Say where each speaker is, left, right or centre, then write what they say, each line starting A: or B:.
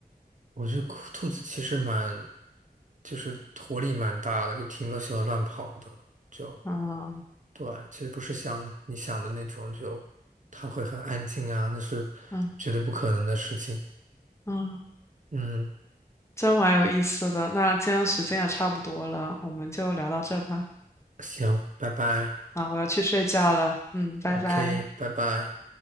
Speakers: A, on the right; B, on the left.
A: 我觉得兔兔子其实蛮，就是活力蛮大的，就挺乐喜欢乱跑的，就
B: 嗯
A: 对，其实不是像你想的那种，就它会很安静啊，那是绝对不可能的事情。
B: 嗯嗯，
A: 嗯，
B: 真蛮有意思的。那今天时间也差不多了，我们就聊到这吧。
A: 行，拜拜
B: 啊，我要去睡觉了。嗯，拜拜。
A: ，OK，拜拜。